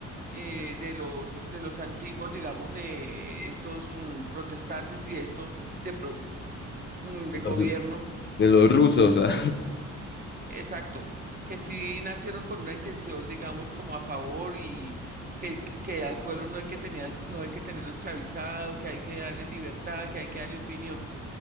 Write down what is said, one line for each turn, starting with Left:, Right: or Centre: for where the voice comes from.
Right: eh, de los de los antiguos, digamos, de estos mm, protestantes y esto de pro- mm, de
Left: de
Right: gobierno,
Left: los de los rusos. <laughs> ah.
Right: exacto, que sí nacieron con una intención, digamos, como a favor y que, que al pueblo no hay que tenías- no hay que tenerlo esclavizado, que hay que darle libertad, que hay que darle opinión.